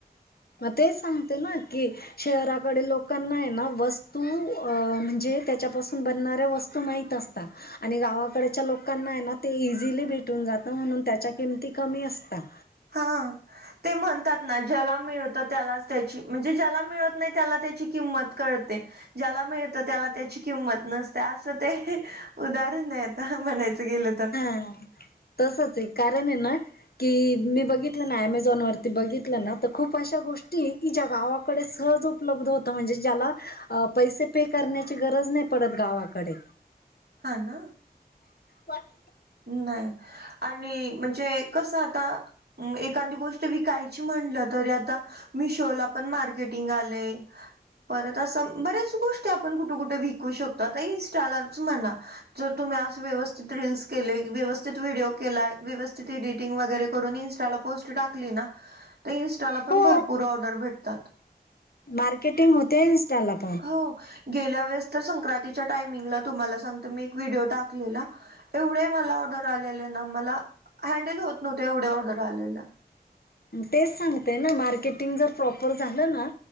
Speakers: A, on the left; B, on the right.
A: म ते सांगते नाकी शहराकडे लोकांना आहे ना वस्तू अ म्हणजे त्याच्यापासून बनणाऱ्या वस्तू तो माहत असता आणि गावाकडच्या लोकांना आहे ना ते इझिली भेटून जातं म्हणून त्याच्या किमती कमी असतात
B: हा ते म्हणतात ना ज्याला मिळत त्याला त्याची म्हणजे ज्याला मिळत नाही त्याला त्याची किंमत कळते ज्याला मिळत त्याला त्याची किंमत नसते असं ते उदाहरण आता म्हणायच गेले तर
A: ह तसच आहे कारण आहे ना की मी बघितलं ना अमेझॉन वरती बघितलं ना तर खूप अशा गोष्टी की ज्या गावाकडे सहज उप उपलब्ध होत म्हणजे ज्याला पैसे पे करण्याची गरज नाही पडत गावाकडे
B: हा ना
A: वाट
B: नाही आणि म्हणजे कस आता एखादी गोष्ट विकायची म्हणलं तरी आता मीशो पण मार्केटिंग आलय परत असं बऱ्याच गोष्टी आपण कुठं कुठे विकू शकतो आता इन्स्टालाच म्हणा जर तुम्ही अस व्यवस्थित रील्स केले व्यवस्थित व्हिडिओ केलाय व्यवस्थित एडिटिंग वगैरे करून इंस्टाला पोस्ट टाकली ना तर इनस्टाला पण
A: हो
B: भरपूर ऑर्डर भेटतात
A: मार्केटिंग होते इनस्टाल प
B: हो गेल्या वेळेस तर संक्रांतीच्या टायमिंगला तुम्हाला सांगते मी एक व्हिडिओ टाकलेला एवढे मला ऑर्डर आलेले ना मला हँडल होत नव्हते एवढे ऑर्डर आलेल
A: तेच सांगते ना मार्केटिंग जर प्रॉपर झालं ना